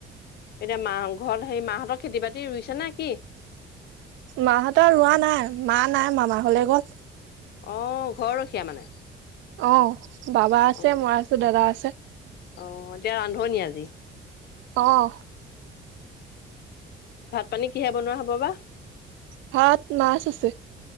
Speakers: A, on the left; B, on the right.
A: এতিয়া মা ঘৰত হেৰি মাহঁতৰ খেতি-বাতি ৰুইছে নে কি?
B: মাহঁতৰ ৰোৱা নাই, মা নাই মামা ঘৰলে গ'ল।
A: অ', ঘৰ ৰখীয়া মানে?
B: অ', বাবা আছে
A: অ',
B: মই আছো দাদা আছে।
A: অ', এতিয়া ৰান্ধনি আজি?
B: অ'।
A: ভাত-পানী কিহেৰে বনোৱা হ'ব বা?
B: ভাত মাছ আছে।